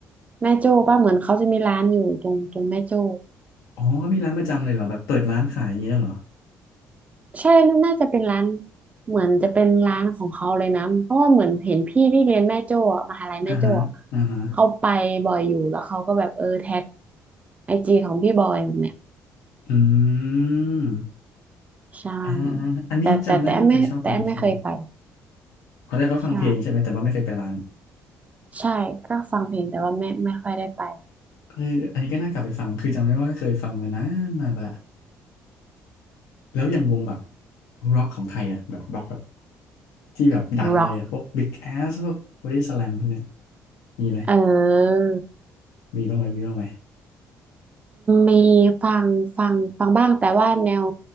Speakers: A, on the right (about 25°); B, on the left (about 85°).
A: แม่โจ้ป่ะเหมือนเขาจะมีร้านอยู่ตรงตรงแม่โจ้
B: อ๋อมีร้านประจำเลยเหรอแบบเปิดร้านขายอย่างเงี้ยเหรอ
A: ใช่น่าน่าจะเป็นร้านเหมือนจะเป็นร้านของเขาเลยนะเพราะว่าเหมือนเห็นพี่ที่เรียนแม่โจ้อะมหาลัยแม่โจ้อะ
B: อ่าฮะอ่าฮะ
A: เขาไปบ่อยอยู่แล้วเขาก็แบบเออแท็กไอจีของพี่บอยแบบเนี้ย
B: อืม
A: ใช่
B: อ่าอาอันนี้จำได้ว่าเคยชอบฟังใช่ไหม
A: แต่แต่แต่แอมไม่แต่แอมไม่เคยไป
B: เขาได้เขาฟังเพลงใช่ไหมแต่ว่าไม่เคยไปร้าน
A: ใช่ ใช่ก็ฟังเพลงแต่ว่าไม่ไม่ค่อยได้ไป
B: เอออันนี้ก็น่ากลับไปฟังคือจำได้ว่าเคยฟังมานานมากละแล้วอย่างวงแบบร็อกของไทยอ่ะแบบร็อกแบบ ที่แบบดังเลยอะพวก
A: ร็อก
B: Big Ass พวก Body Slam พวกเนี้ยมีไหม
A: เออ
B: มีบ้างไหมมีบ้างไหม
A: มีฟังฟังฟังบ้างแต่ว่าแนว